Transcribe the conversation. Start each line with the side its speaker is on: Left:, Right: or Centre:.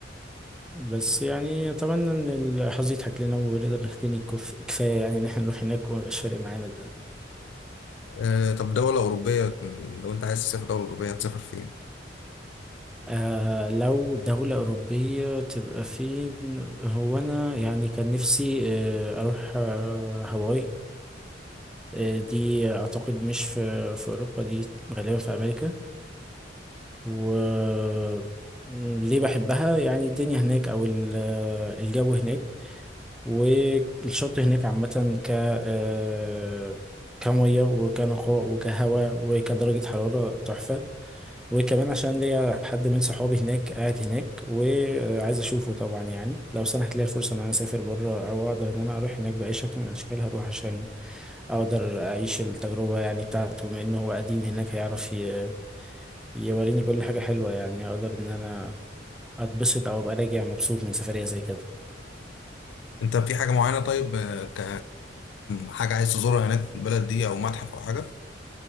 Centre: بس يعني أتمنى إن الحظ يضحك لنا ونقدر نغتني كف- كفاية يعني إن إحنا نروح هناك وميبقاش فارق معانا ده
Left: آه طب دولة أوروبية لو انت عايز تسافر دولة أوروبية هتسافر فين
Centre: آه لو دولة أوروبية تبقى فين هو أنا يعني كان نفسي آه أروح آه هاواي آه دي أعتقد مش في في أوروبا دي غالبا في أمريكا و ليه بحبها يعني الدنيا هناك أو ال- الجو هناك والشط هناك عامة ك آه، كمية وكنقاء وكهواء وكدرجة حرارة تحفة وكمان عشان ليا حد من صحابي هناك قاعد هناك وعايز أشوفه طبعا يعني لو سنحت لي الفرصة إن أنا أسافر بره أو أقدر إن أنا أروح هناك بأي شكل من الأشكال هروح عشان أقدر أعيش التجربة يعني بتاعته بما إنه هو قديم هناك هيعرف ي- يوريني كل حاجة حلوة يعني هقدر إن أنا أتبسط أو أبقى راجع مبسوط من سفرية زي كده
Left: انت في حاجة معينة طيب آه، ك... حاجة عايز تزورها هناك في البلد دي او متحف او حاجة